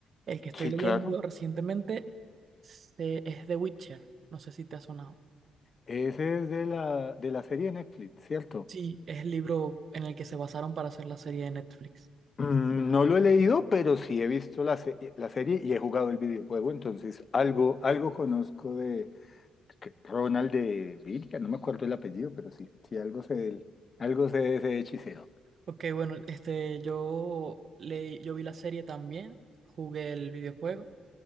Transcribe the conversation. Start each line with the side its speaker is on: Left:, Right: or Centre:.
Right: El que estoy
Left: Sí,
Right: leyendo
Left: claro.
Right: recientemente se- es The Witcher. No sé si te ha sonado.
Left: Ese es de la, de la serie de Netflix, ¿cierto?
Right: Sí, es el libro en el que se basaron para hacer la serie de Netflix.
Left: Mm, no lo he leído, pero sí he visto la, se- la serie y he jugado el videojuego, entonces algo, algo conozco de que- Ronald de Villa, no me acuerdo el apellido, pero sí, sí, algo sé de él, algo sé de ese hechicero.
Right: Ok, bueno, este, yo le, yo vi la serie también, jugué el videojuego